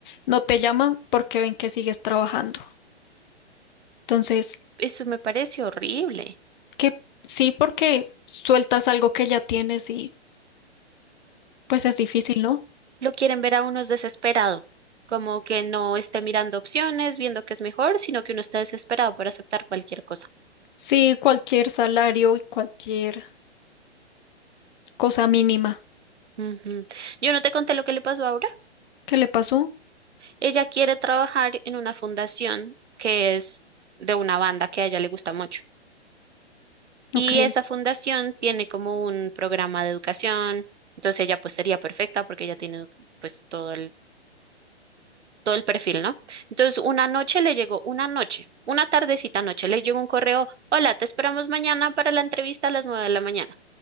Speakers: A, on the left; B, on the right.
A: no te llaman porque ven que sigues trabajando. Entonces,
B: Eso me parece horrible.
A: que sí, porque sueltas algo que ya tienes y pues es difícil, ¿no?
B: lo quieren ver a uno es desesperado, como que no esté mirando opciones, viendo qué es mejor, sino que uno está desesperado por aceptar cualquier cosa.
A: Sí, cualquier salario y cualquier cosa mínima.
B: Ujú. Yo no te conté lo que le pasó ahora.
A: ¿Qué le pasó?
B: Ella quiere trabajar en una fundación que es de una banda que a ella le gusta mucho. Y
A: Ok.
B: esa fundación tiene como un programa de educación. Entonces ella pues sería perfecta porque ella tiene pues todo el todo el perfil, ¿no? Entonces, una noche le llegó, una noche, una tardecita noche, le llegó un correo, hola, te esperamos mañana para la entrevista a las nueve de la mañana.